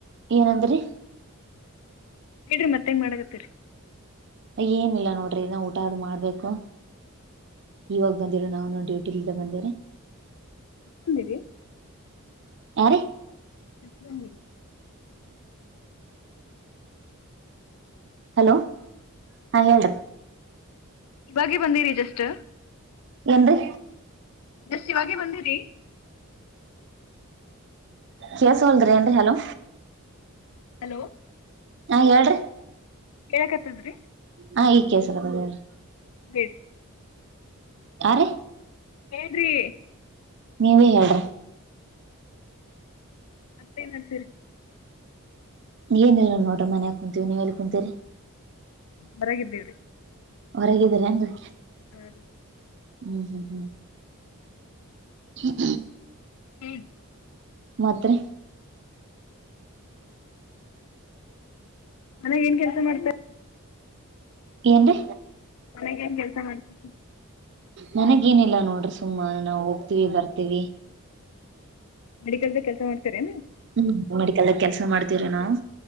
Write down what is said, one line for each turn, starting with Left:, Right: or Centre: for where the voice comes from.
Right: ಏನಂದ್ರರಿ.
Left: ಹೇಳ್ರಿ ಮತ್ತೇನ್ ಮಾಡಕತ್ತೀರಿ.
Right: ಏನಿಲ್ಲ ನೋಡ್ರಿ ಇನ ಊಟ ಅದು ಮಾಡ್ಬೇಕು. ಇವಾಗ ಬಂದಿವಿರೀ ನಾವ್ನು ಡ್ಯೂಟಿ ಟೀಲ್ಲಿದ ಬಂದ್ವಿರಿ.
Left: <inaudible>
Right: ಹಾರೀ.
Left: ಎಷ್ಟ ಬಂದಿರಿ.
Right: ಹಲೋ ಹಾ ಹೇಳ್ರಿ.
Left: ಇವಾಗ ಬಂದಿರಿ ಜಸ್ಟ್.
Right: ಏನ್ರಿ.
Left: ಜಸ್ಟ್ ಇವಾಗೆ ಬಂದಿರಿ.
Right: ಕೆಲಸವಲ್ಧ್ ರಿ ಅನ್ರಿ ಹಲೋ.
Left: ಹಲೋ
Right: ಹಾ ಹೇಳ್ರಿ.
Left: ಹೇಳಕತ್ತದ್ರಿ
Right: ಹ ಇಗ್ ಕೆಳಸಕತೈತಿ ಹೇಳ್ರಿ
Left: ಬೇಡ
Right: ಅ ರಿ.
Left: ಏನ್ರಿ.
Right: ನೀವೇ ಹೇಳ್ರಿ.
Left: ಮತ್ತೆನ್ ನಡ್ಸಿರಿ.
Right: ಏನ ಇಲ್ಲ ನೋಡ್ರ ಮನ್ಯ ಕುಂತೀವಿ ನೀವ್ ಎಲ್ಲಿ ಕುಂತಿರಿ.
Left: ಹೊರಾಗಿದ್ದೀವಿರಿ.
Right: ಹೊರಗಿದ್ದೀರ ಏನ್ರಿ.
Left: ಹ್ಮ ರೀ.
Right: ಹ್ಮ್ ಹ್ಮ್ ಹ್ಮ್ ಹ್ಮ
Left: ಹ್ಮ
Right: ಮಾತ್ರಿ.
Left: ಮನಾಗ ಏನ್ ಕೆಲಸ ಮಾಡ್ತೇ
Right: ಎನ್ರಿ.
Left: ಮನೆಗ್ ಏನ್ ಕೆಲಸ ಮಾಡ್ತಾರ
Right: ಮನೆಗೆ ಏನಿಲ್ಲಾ ನೋಡ್ರಿ ಸುಮ್ಮ ನಾವು ಹೋಗ್ತಿವಿ ಬರ್ತೀವಿ.
Left: ಮೆಡಿಕಲ್ದ ಕೆಲಸ ಮಾಡ್ತಾರೆನ್ ನೀವು.
Right: ಹ್ಮ್ ಮೆಡಿಕಲ್ದಾಗ ಕೆಲ್ಸ ಮಾಡ್ತವ್ರಿ ನಾವು